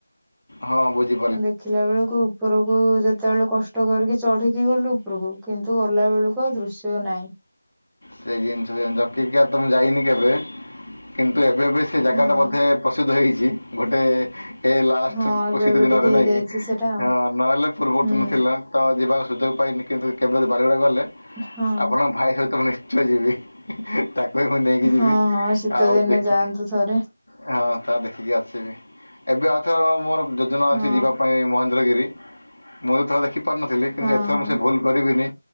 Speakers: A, on the left; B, in the centre.
A: ହଁ ବୁଝି
B: ଦେଖିଲା ବେଳକୁ ଉପରକୁ ଯେତେବେଳେ କଷ୍ଟ କଷ୍ଟ କରିକି ଚଢି଼କି ଗଲୁ ଉପରକୁ କିନ୍ତୁ ଗଲା ବେଳକୁ ଆଉ ଦୃଶ୍ୟ ନାହିଁ।
A: ସେ ଜିନିଷ ସେମିତି ଜକିକିଆ ତ ମୁଁ ଯାଇନି କେବେ କିନ୍ତୁ ଏବେ ଏବେ ସେ ଜାଗାଟା
B: ହଁ
A: ବୋଧେ ପ୍ରସିଦ୍ଧ ହେଇଛି ଗୋଟେ ଏ ଲାଷ୍ଟ
B: ହଁ ଏବେ
A: କୁ ଶୀତଦିନରେ
B: ଏବେ ଟିକେ ହେଇଯାଇଛି
A: ନାଇଁ କି?
B: ସେଟା ଆଉ
A: ନହେଲେ ପୂର୍ବରୁ
B: ହୁଁ
A: ତ ନଥିଲା। ତ ଯିବାକୁ ସୁଯୋଗ ପାଇନି। କିନ୍ତୁ କେବେ ଯଦି ବାରିପଦା ଗଲେ
B: ହଁ
A: ଆପଣଙ୍କ ଭାଇ ସହିତ ମୁଁ ନି ଠୁ ଯିବି। ତାକୁ ହିଁ ମୁଁ ନେଇକି ଯିବି।
B: ହଁ ହଁ ଶୀତ
A: ଆଉ
B: ଦିନେ
A: ଦେଖି
B: ଯାଆନ୍ତୁ ଥରେ
A: ହଁ ତା ଦେଖିକି ଆସିବି। ଏବେ ଆଉ ଥରେ ବା ମୋର ଯୋଜନା
B: ହଁ
A: ଅଛି ଯିବା ପାଇଁ ମହେନ୍ଦ୍ରଗିରି। ମୁଁ ଏଇ ଥର ଦେଖିପାରୁନଥିଲି, କିନ୍ତୁ
B: ହଁ
A: ଏଥର
B: ହଁ
A: ମୁଁ ସେ ଭୁଲ୍ କରିବିନି।